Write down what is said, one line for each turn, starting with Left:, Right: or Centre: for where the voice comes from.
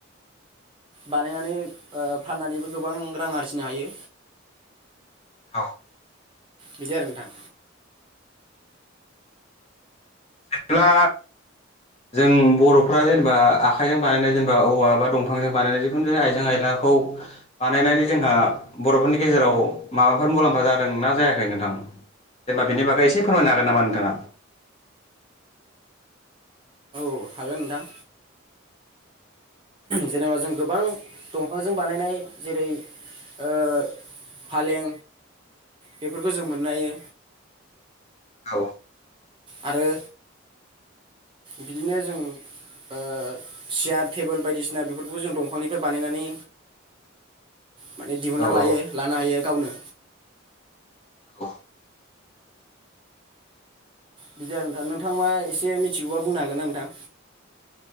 Right: बानायनानै ओ फाननानै
Left: औ
Right: बिदि आरो नोंथां
Left: बिदिब्ला जों बर'फ्रा जेनेबा आखाइजों बानायनाय जेनेबा औवा बा दंफांजों बानायनाय जिखुनु आइजें आइला खौ बानायनानै जोंहा बर'फोरनि गेजेराव माबाफोर मुलाम्फा जादों ना जायाखै नोंथां जेनेबा बिनि बागै एसे फोरमायनो हागोन नामा नोंथाङा?
Right: औ हागोन नोंथां जेनेबा जों गोबां दंफांजों बानायनाय जेरै ओ फालें बेफोरखौ जों मोननो हायो
Left: औ
Right: आरो बिदिनो जों ओ सियार, टेबोल बायदिसिना बेफोरखौ जों दंफांनिफ्राय बानायनानै। माने दिहुनना
Left: औ
Right: लायो
Left: औ
Right: लानो हायो गावनो।
Left: <unintelligible>
Right: बिदि आरो नोंथां नोंथां मा एसे मिथिगौबा बुंनो हागोनना नोंथां।